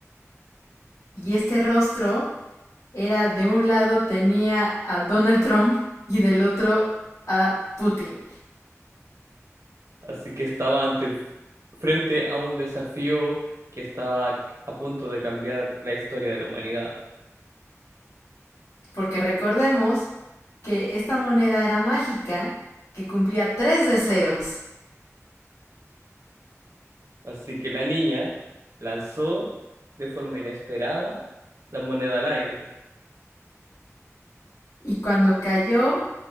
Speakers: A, on the left; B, on the right.
A: y este rostro era de un lado tenía a Donald Trump y del otro a Putin.
B: Así que estaba ante, frente a un desafío que estaba a punto de cambiar la historia de la humanidad.
A: Porque recordemos que esta moneda era mágica que cumplía tres deseos.
B: Así que la niña lanzó de forma inesperada la moneda al aire.
A: Y cuando cayó,